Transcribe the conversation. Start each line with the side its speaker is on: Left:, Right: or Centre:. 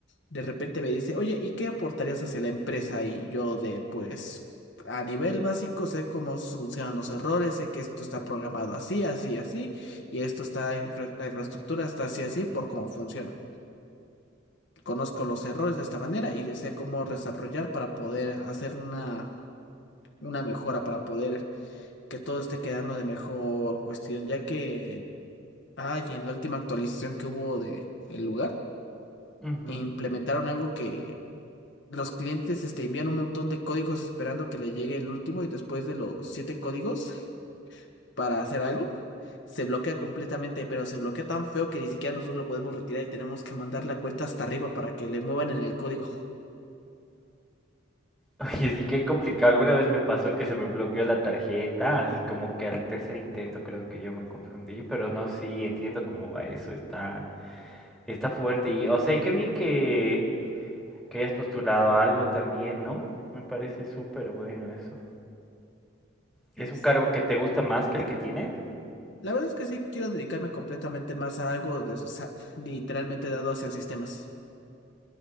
Left: de repente me dice, oye, ¿y qué aportarías hacia la empresa? Y yo de pues a nivel básico sé cómo funcionan los errores, sé que esto está programado así, así, así y esto está, infra- la infraestructura está así así por cómo funciona. Conozco los errores de esta manera y sé cómo desarrollar para poder hacer una, una mejora, para poder que todo esté quedando de mejor cuestión, ya que, ay, en la última actualización que hubo de el lugar,
Centre: Ujú.
Left: implementaron algo que los clientes este, envían un montón de códigos esperando que le llegue el último y después de los siete códigos para hacer algo, se bloquea completamente, pero se bloquea tan feo que ni siquiera nosotros lo podemos retirar y tenemos que mandar la cuenta hasta arriba para que le muevan en el código.
Centre: Oye, sí, qué complicado. Alguna vez me pasó que se me bloqueó la tarjeta, así como que al tercer intento creo que yo me confundí, pero no, sí, entiendo cómo va eso, está, está fuerte. Y, o sea, y qué bien que, que hayas postulado a algo también, ¿no? Me parece súper bueno eso.
Left: Sí
Centre: ¿Es
Left: es.
Centre: un cargo que te gusta más que el que tienes?
Left: La verdad es que sí quiero dedicarme completamente más a algo de- o sea, literalmente dado hacia sistemas.